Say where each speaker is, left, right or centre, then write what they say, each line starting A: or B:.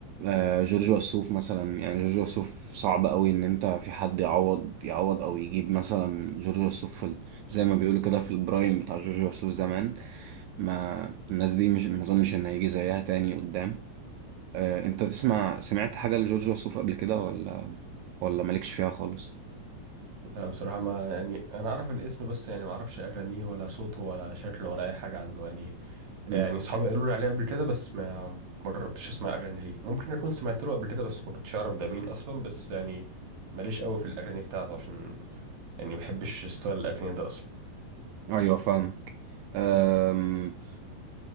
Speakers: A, on the right; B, on the right.
A: آه جورج وسوف مثلا يعني جورج وسوف صعب قوي ان انت في حد يعوض يعوض او يجيب مثلا جورج وسوف في ال... زي ما بيقولوا كده في البرايم بتاع جورج وسوف زمان ما الناس دي مش ما اظنش ان هيجي زيها تاني قدام آه انت تسمع سمعت حاجة لجورج وسوف قبل كده ولا ولا مالكش فيها خالص
B: لا بصراحة ما يعني انا اعرف الاسم بس يعني ما اعرفش اغانيه ولا صوته ولا شكله ولا اي حاجة عنه يعني
A: مم.
B: يعني اصحابي قالوا لي عليه قبل كده بس ما ما جربتش اسمع اغاني ليه ممكن اكون سمعت له قبل كده بس ما كنتش اعرف ده مين اصلا بس يعني ماليش قوي في الاغاني بتاعته عشان يعني ما بحبش ستايل الاغاني ده اصلا
A: ايوه فاهمك آم،